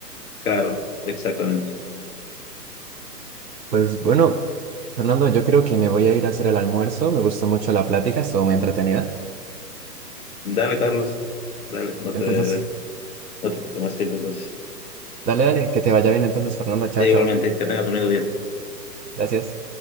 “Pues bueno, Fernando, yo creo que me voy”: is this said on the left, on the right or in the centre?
Right